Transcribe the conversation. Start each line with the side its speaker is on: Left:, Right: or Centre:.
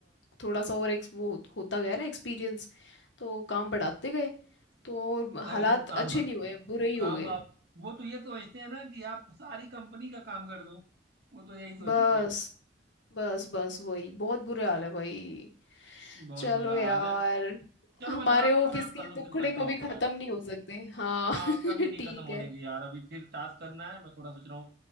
Left: थोड़ा सा और एक्स वो होता गया ना एक्सपीरियंस तो काम बढ़ाते गए तो और हालात
Right: अरे वो
Left: अच्छे
Right: काम
Left: नहीं हुए बुरे
Right: वो
Left: ही
Right: काम
Left: हो गए
Right: आप वो तो ये सोचते हैं ना कि आप सारी कंपनी का काम कर दो वो तो यही सोचेंगे
Left: बस बस बस वही बहुत बुरे हाल है भाई
Right: बहुत
Left: चलो
Right: बुरा
Left: यार
Right: हाल है चलो
Left: हमारे
Right: मैं थोड़ा
Left: ऑफिस
Right: आराम
Left: के
Right: कर लूँ
Left: दुखड़े
Right: फिर करता
Left: कभी
Right: हूँ आपसे
Left: खत्म
Right: बात
Left: नहीं हो सकते हाँ
Right: हाँ
Left: <laughs>
Right: कभी नहीं
Left: ठीक
Right: खत्म होने
Left: है
Right: की यार अभी फिर टास्क करना है मैं थोड़ा सोच रहा हूँ